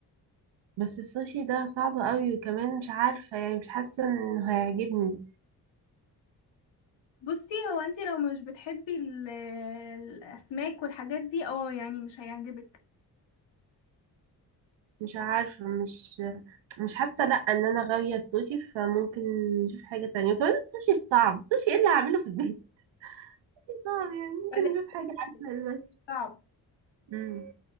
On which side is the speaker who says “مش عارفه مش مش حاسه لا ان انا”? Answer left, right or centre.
Right